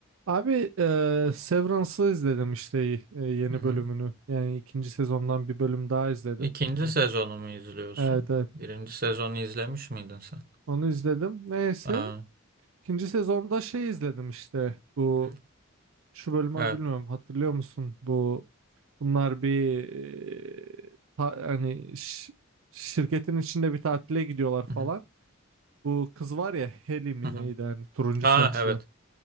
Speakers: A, on the right (about 65°); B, on the right (about 40°).
A: Abi e, Severance'ı izledim işte e, yeni
B: Hı hı.
A: bölümünü. Yani ikinci sezondan bir bölüm daha izledim.
B: İkinci
A: E,
B: sezonu mu izliyorsun?
A: Evet evet
B: Birinci sezonu izlemiş miydin sen?
A: onu izledim. Neyse
B: Aa, hı
A: ikinci sezonda şey izledim işte bu
B: hı.
A: şu bölümü
B: evet.
A: bilmiyorum hatırlıyor musun? Bu bunlar bir e, ta- hani ş- şirketin içinde bir tatile gidiyorlar falan.
B: Hı hı.
A: Bu kız var ya Heli mi
B: Hı hı.
A: neydi hani turuncu
B: Ha
A: saçlı.
B: evet.